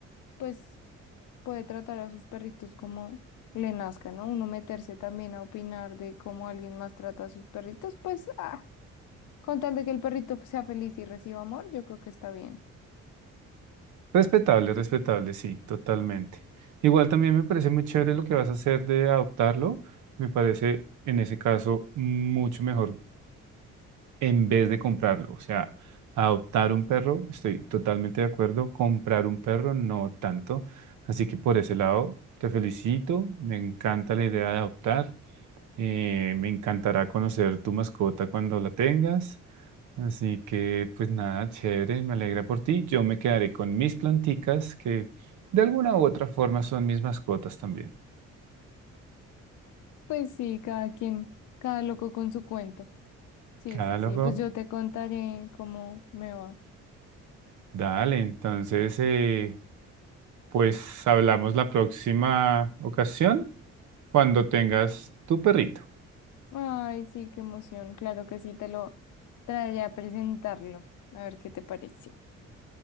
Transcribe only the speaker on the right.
Respetable, respetable, sí, totalmente. Igual también me parece muy chévere lo que vas a hacer de adoptarlo. Me parece en ese caso mucho mejor en vez de comprarlo. O sea, adoptar un perro, estoy totalmente de acuerdo. Comprar un perro, no tanto. Así que por ese lado, te felicito. Me encanta la idea de adoptar. Eh, me encantará conocer tu mascota cuando la tengas. Así que, pues nada, chévere, me alegra por ti. Yo me quedaré con mis planticas, que de alguna u otra forma son mis mascotas también.
Catálogo,
dale, entonces, eh, pues hablamos la próxima ocasión cuando tengas tu perrito.